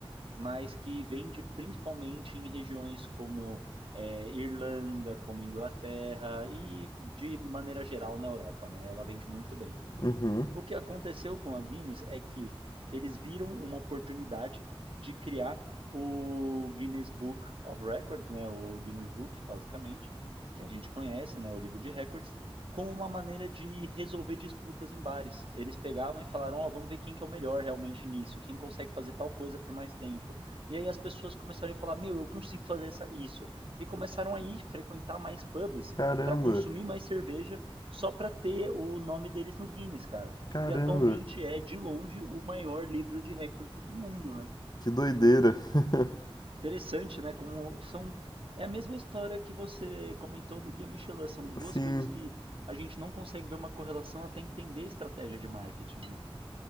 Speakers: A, on the right; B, on the left.
A: mas que vende principalmente em regiões como é, Irlanda, como Inglaterra e de maneira geral na Europa, né? Ela vende muito bem.
B: Uhum.
A: O que aconteceu com a Guinness é que eles viram uma oportunidade de criar o Guinness Book of Records, né, o Guinness Book, basicamente, que a gente conhece, né, o livro de recordes, como uma maneira de resolver disputas em bares. Eles pegavam e falaram, ó, oh, vamos ver quem que é o melhor realmente nisso, quem consegue fazer tal coisa por mais tempo. E aí as pessoas começaram a falar, meu, eu consigo fazer isso. E começaram a ir frequentar mais pubs
B: Caramba.
A: para consumir mais cerveja só para ter o nome deles no Guinness, cara
B: Caramba,
A: e atualmente é, de longe, o maior livro de recordes do mundo, né?
B: que doideira. <laughs>
A: Interessante, né? Como são. É a mesma história que você comentou do Guia Michelin. São duas
B: Sim,
A: coisas que a gente não consegue ver uma correlação até entender a estratégia de marketing, né?